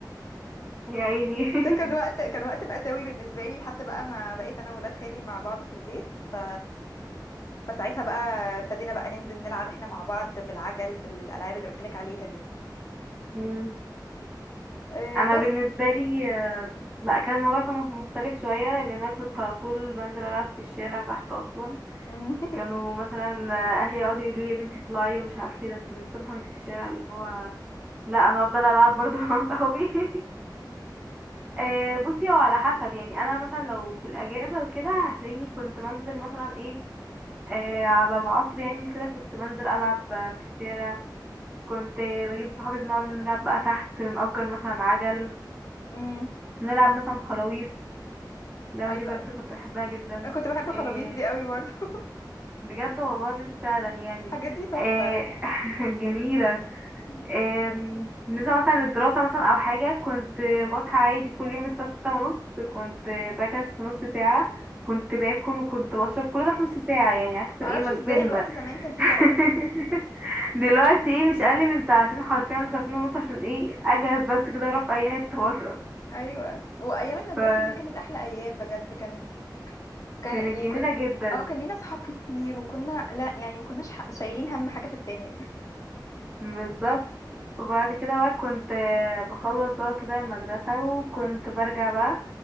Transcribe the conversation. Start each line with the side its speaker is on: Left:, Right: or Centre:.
Right: يا عيني
Left: <laughs>
Right: <laughs>
Left: ده كان وقت كان وقت مأساوي بالنسبه لي لحد بقى ما بقيت انا وولاد خالي مع بعض في البيت ف فساعتها بقى ابتدينا بقى ننزل نلعب احنا مع بعض بالعجل بالالعاب اللي قلت لك عليها دي
Right: مم.
Left: إيه
Right: انا
Left: بس
Right: بالنسبه لي آه، لا كان الموضوع كان مختلف شويه لان انا كنت على طول بنزل العب في الشارع تحت اصلا
Left: <laughs>
Right: كانوا مثلا آه، اهلي يقعدوا يقولوا لي يا بنتي اطلعي ومش عارفه إيه ده انت من الصبح وانت في الشارع اللي هو لا انا هفضل العب برضو مع صحابي <laughs> آه، بصي هو على حسب يعني انا مثلا لو في الاجازه وكده هتلاقيني كنت بنزل مثلا ايه آه، على العصر يعني كده كنت بنزل العب آه، في الشارع كنت آه، بجيب صحابي بنقعد نلعب بقى تحت نأجر مثلا عجل
Left: امم
Right: نلعب مثلا خلاويص اللعبة
Left: ايوه
Right: دي بجد
Left: ايوه
Right: كنت بحبها جدا
Left: أنا كنت بحب
Right: إيه
Left: خلاويص دي قوي برضو <laughs>
Right: بجد والله العظيم فعلا يعني
Left: الحاجات دي تحفه
Right: إيه <laughs> جميلة
Left: مم.
Right: إيه بالنسبة مثلا للدراسة مثلا أو حاجة كنت بصحى عادي كل يوم الساعة ستة ونص كنت بجهز في نص ساعة كنت باكل وكنت بشرب كل ده في نص ساعة يعني عكس ايه
Left: معرفش
Right: ما
Left: ازاي
Right: كبرنا
Left: الوقت زمان كان فيه بركه
Right: <laughs> دلوقتي ايه مش أقل من ساعتين حرفيا لساعتين ونص عشان ايه أجهز بس كده أروح في أي حتة بره
Left: ايوه وايام المدرسه
Right: فكانت
Left: دي كانت احلى ايام بجد كانت كان
Right: جميلة
Left: يعني كن
Right: جدا
Left: اه كان لينا صحاب كتير وكنا لا يعني ما كناش ح- شايلين هم حاجه في الدنيا
Right: بالظبط وبعد كده بقى كنت آه، بخلص بقى كده المدرسة وكنت برجع بقى